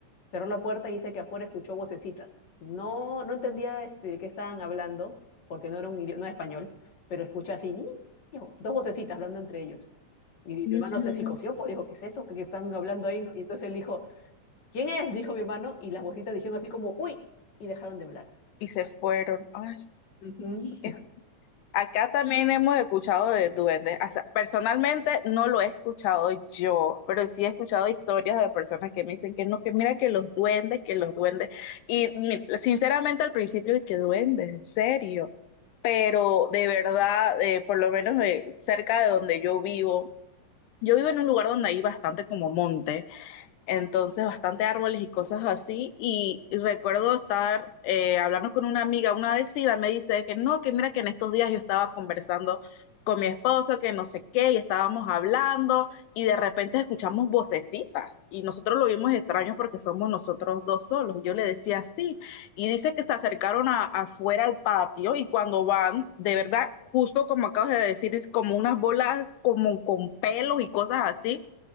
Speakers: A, on the left; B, on the left.
A: cerró la puerta y dice que afuera escuchó vocecitas. No, no entendía este, qué estaban hablando, porque no era un idioma, no era español, pero escucha así, "Ñi, ño", dos vocecitas hablando entre ellos. Y mi
B: Ujú.
A: hermano se psicoció, pues dijo, ¿qué es eso? ¿Qué, qué están hablando ahí? Y entonces él dijo, ¿quién es? Dijo mi hermano, y las voces dijeron así como, uy, y dejaron de hablar.
B: Y se fueron. Ay,
A: Ujú. <laughs>
B: qué- Acá también hemos escuchado de duendes. O sea, personalmente no lo he escuchado yo, pero sí he escuchado historias de personas que me dicen que no, que mira que los duendes, que los duendes. Y mi- sinceramente al principio de que duendes, en serio. Pero de verdad, eh, por lo menos eh, cerca de donde yo vivo, yo vivo en un lugar donde hay bastante como monte. Entonces, bastante árboles y cosas así. Y, y recuerdo estar eh, hablando con una amiga, una vecina me dice que no, que mira que en estos días yo estaba conversando con mi esposo, que no sé qué, y estábamos hablando, y de repente escuchamos vocecitas. Y nosotros lo vimos extraño porque somos nosotros dos solos. Y yo le decía sí. Y dice que se acercaron a- afuera al patio, y cuando van, de verdad. Justo como acabas de decir, es como unas bolas como con pelos y cosas así